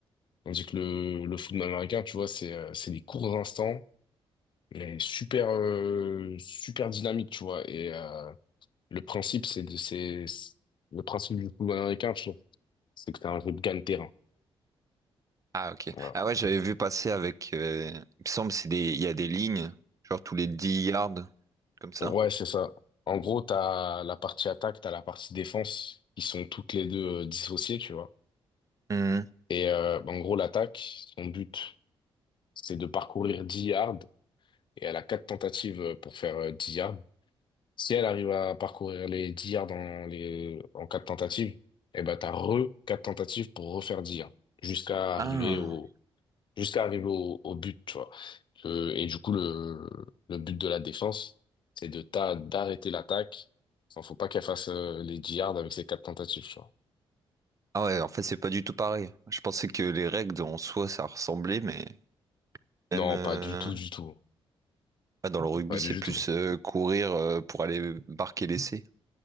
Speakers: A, on the left; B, on the right.
A: tandis que le le football américain tu vois c'est euh, c'est des courts instants mais super euh, super dynamique tu vois et euh, Le principe, c'est de, c'est, c'est- le principe du football américain, je trouve, c'est que t'as un jeu de gagne-terrain.
B: Ah ok.
A: Voilà.
B: Ah ouais, j'avais vu passer avec. euh, il me semble c'est des, il y a des lignes, genre tous les 10 yards, comme ça.
A: Ouais, c'est ça. En gros, t'as la partie attaque, t'as la partie défense, qui sont toutes les deux euh, dissociées, tu vois.
B: Hmm.
A: Et euh, en gros, l'attaque, son but, c'est de parcourir 10 yards, et elle a quatre tentatives euh, pour faire euh, 10 yards. Si elle arrive à parcourir les 10 yards en, les, en quatre tentatives, eh ben, t'as re quatre tentatives pour refaire 10 yards, jusqu'à
B: Ah.
A: arriver au, jusqu'à arriver au, au but, tu vois. Euh, et du coup, le, le but de la défense, c'est de ta- d'arrêter l'attaque. Il faut pas qu'elle fasse euh, les yards avec ses quatre tentatives, tu vois.
B: Ah ouais, en fait c'est pas du tout pareil. Je pensais que les règles en soi ça ressemblait, mais
A: Non,
B: même. euh,
A: pas du tout, du tout.
B: Ah, Dans le rugby,
A: Pas
B: c'est
A: du
B: plus
A: tout.
B: euh, courir euh, pour aller marquer l'essai.